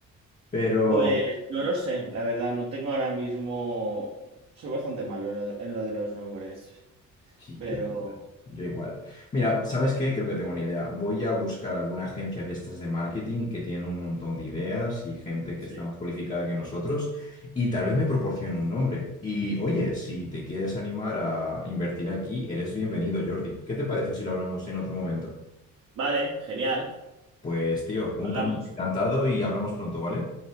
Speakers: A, on the left (about 25°); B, on the right (about 60°).
A: Pero
B: Pues no lo sé, la verdad, no tengo ahora mismo. Soy bastante malo en lo, en lo de los nombres,
A: sí,
B: pero
A: yo, yo igual. Mira, ¿sabes qué? Creo que tengo una idea. Voy a buscar alguna agencia de estas de marketing que tiene un montón de ideas y gente que
B: sí.
A: está más cualificada que nosotros y tal vez me proporcionen un nombre. Y oye, si te quieres animar a invertir aquí, eres bienvenido, Jordi. ¿Qué te parece si lo hablamos en otro momento?
B: Vale, genial.
A: Pues tío, un
B: Hablamos,
A: can- encantado y hablamos pronto, ¿vale?